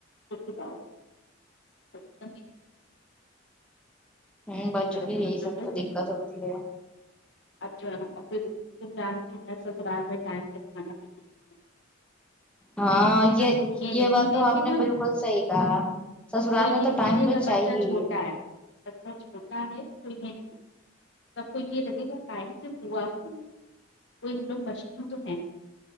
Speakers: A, on the left; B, in the centre.
A: <unintelligible>
B: ہوں بچوں
A: طرح
B: کی
A: سے
B: یہی
A: بچوں
B: سب
A: کو
B: تو دقت ہوتی ہے
A: اب پھر جانتی میں سسرال میں ٹائم تک کھانا بھی شروع
B: ہاں
A: نہیں ملے گا پہر یہ نہیں
B: بات
A: دیکھے
B: تو آپ نے
A: گا
B: بالکل صحیح کہا سسرال
A: کو یہ
B: میں
A: نہیں
B: تو ٹائم
A: دیکے
B: تو
A: گا
B: چاہیے
A: بچہ چھوٹا
B: ہی
A: ہے بچہ چھوٹا ہے تو یہ نہیں دیک سب کو یہ لگے گا ٹائم سے ہوا کیو نی وہ ہم لوگ مشھلی تو ہیں